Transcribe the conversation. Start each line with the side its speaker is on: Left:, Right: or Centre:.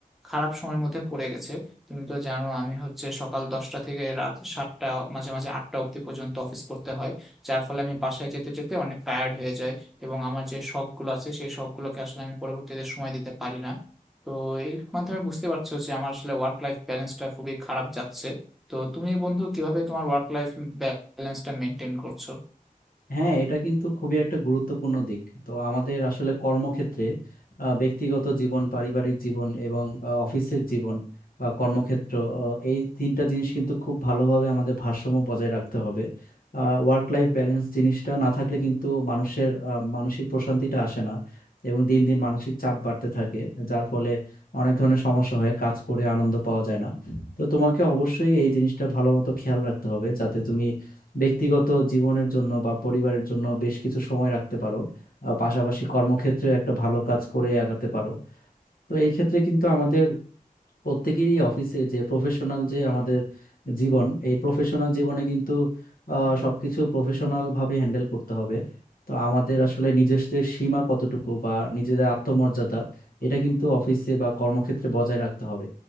Centre: খারাপ সময়ের মধ্যে পড়ে গেছে তুমি তো জানো আমি হচ্ছে সকাল দশটা থেকে রাত সাতটা মাঝে মাঝে আটটা অবধি পর্যন্ত অফিস করতে হয় যার ফলে আমি বাসায় যেতে যেতে অনেক টায়ার্ড হয়ে যাই এবং আমার যে শখ গুলো আছে সেই শখ গুলোকে আসলে আমি পরবর্তীতে সময় দিতে পারি না তো এর মাধ্যমে বুঝতে পারছো যে আমার আসলে ওয়ার্ক লাইফ ব্যালেন্সটা খুবই খারাপ যাচ্ছে তো তুমি বন্ধু কিভাবে তোমার ওয়ার্ক লাইফ ব্যালেন্সটা মেনটেন করছো
Left: হ্যাঁ এটা কিন্তু খুবই একটা গুরুত্বপূর্ণ দিক তো আমাদের আসলে কর্মক্ষেত্রে আহ, ব্যক্তিগত জীবন পারিবারিক জীবন এবং আহ, অফিসের জীবন বা কর্মক্ষেত্র আহ, এই তিনটা জিনিস কিন্তু খুব ভালোভাবে আমাদের ভারসাম্য বজায় রাখতে হবে ওয়ার্ক লাইফ ব্যালেন্স জিনিসটা না থাকলে কিন্তু মানুষের আহ, মানসিক প্রশান্তিটা আসে না এবং দিন দিন মানসিক চাপ বাড়তে থাকে যার ফলে অনেক ধরনের সমস্যা হয় কাজ করে আনন্দ পাওয়া যায় না তো তোমাকে অবশ্যই এই জিনিসটা ভালো মতো খেয়াল রাখতে হবে যাতে তুমি ব্যক্তিগত জীবনের জন্য বা পরিবারের জন্য বেশ কিছু সময় রাখতে পারো আহ, পাশাপাশি কর্মক্ষেত্রে একটা ভালো কাজ করে আগাতে পারো তো এই ক্ষেত্রে কিন্তু আমাদের প্রত্যেকেরই অফিসে যে প্রফেশনাল যে আমাদের জীবন এই প্রফেশনাল জীবনে কিন্তু আহ, সবকিছু প্রফেশনাল ভাবে হ্যান্ডেল করতে হবে তো আমাদের আসলে নিজেদের সীমা কতটুকু বা নিজেদের আত্মমর্যাদা এটা কিন্তু অফিসে বা কর্মক্ষেত্রে বজায় রাখতে হবে